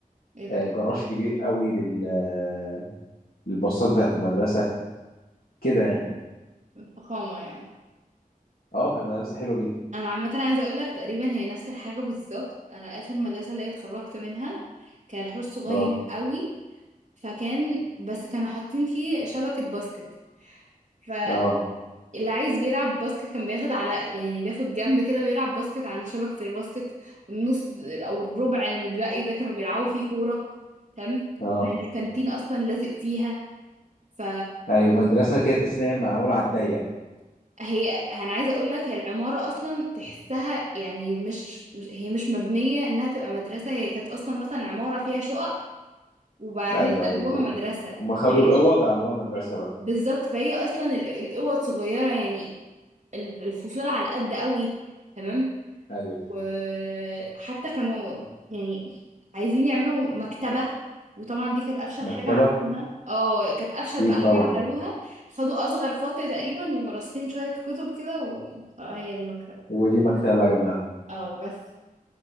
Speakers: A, on the right (about 50°); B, on the left (about 80°).
A: ايه ده
B: آه، جراج كبير قوي لل آه، للباصات بتاعت المدرسة كده يعني
A: فخامة يعني
B: اه كانت مدرسة حلوة جدا
A: انا عامة عايزة اقول لك تقريبا هي نفس الحاجة بالظبط انا اخر مدرسة اللي هي اتخرجت منها كان حوش صغير
B: اه
A: قوي فكان بس كانوا حاطين فيه شبكة باسكت فاللي
B: اه
A: عايز بيلعب باسكت كان بياخد على يعني بياخد جنب كده بيلعب باسكت عند شبكة الباسكت والنص او الربع اللي متبقي ده كانوا بيلعبوا فيه كورة تمام
B: اه
A: وكان الكانتين اصلا لازق فيها ف
B: ايوه مدرسة كده تحس ان هي معمولة على الضيق
A: هي انا عايزه اقول لك هي العماره اصلا تحسها يعني مش مش- هي مش مبنيه انها تبقى مدرسه هي كانت اصلا مثلا عماره فيها شقق وبعدين
B: ايوه
A: قلبوها
B: ايوه هو
A: مدرسه
B: هم خدوا
A: هي
B: الاوض عملوها مدرسه بقى
A: بالظبط فهي اصلا ال- الاوض صغيره يعني ال- الفصول على قد قوي تمام
B: ايوه
A: وحتى كانوا يعني عايزين يعملوا مكتبه وطبعا دي كانت افشل
B: مكتبه
A: حاجه عملوها اه كانت افشل
B: اكيد
A: بقى
B: طبعا
A: حاجه عملوها خدوا اصغر فصل تقريبا ورصين شويه كتب كده وخلاص هي دي مكتبه
B: ودي مكتبه يا جماعه
A: اه بس